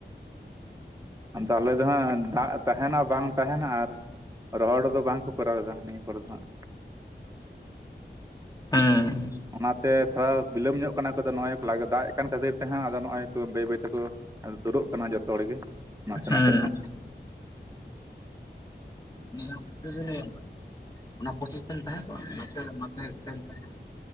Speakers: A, on the right; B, on the left.
A: ᱚ ᱟᱫᱚ ᱟᱞᱮ ᱫᱚ ᱦᱟᱸᱜ ᱫᱟᱜ ᱛᱟᱦᱮᱱᱟ ᱵᱟᱝ ᱛᱟᱦᱮᱱᱟ ᱟᱨ᱾ ᱨᱚᱦᱚᱲ ᱨᱮᱫᱚ ᱵᱟᱝ ᱠᱚ ᱠᱚᱨᱟᱣᱮᱫᱟ ᱱᱤᱭᱟᱹ ᱠᱚᱨᱮ ᱫᱚ ᱦᱟᱸᱜ᱾
B: ᱦᱮᱸ᱾
A: ᱚᱱᱟᱛᱮ ᱛᱷᱚᱲᱟ ᱵᱤᱞᱚᱢ ᱧᱚᱜ ᱠᱟᱱᱟ ᱠᱚ ᱱᱚᱜᱼᱚᱭ ᱞᱟᱜ ᱫᱟᱜ ᱮ ᱠᱟᱱ ᱠᱷᱟᱹᱛᱤᱨ ᱛᱮ ᱦᱟᱸᱜ ᱟᱫᱚ ᱱᱚᱜᱼᱚᱭ ᱠᱚ ᱵᱟᱹᱭ ᱵᱟᱹᱭ ᱛᱮᱠᱚ᱾ ᱫᱩᱨᱩᱜ ᱠᱟᱱᱟ ᱡᱚᱛᱚ ᱦᱚᱲ ᱜᱮ᱾ ᱱᱟᱥᱮ
B: ᱦᱮᱸ᱾
A: ᱱᱟᱥᱮ ᱛᱮ
B: ᱱ <unintelligible> ᱚᱱᱟ ᱯᱪᱤᱥᱢ ᱛᱟᱦᱮᱸ ᱠᱚᱜᱼᱟ ᱚᱱᱟᱛᱮ ᱚᱱᱟᱛᱮ ᱠᱷ ᱛᱟᱦᱮᱸᱱᱟ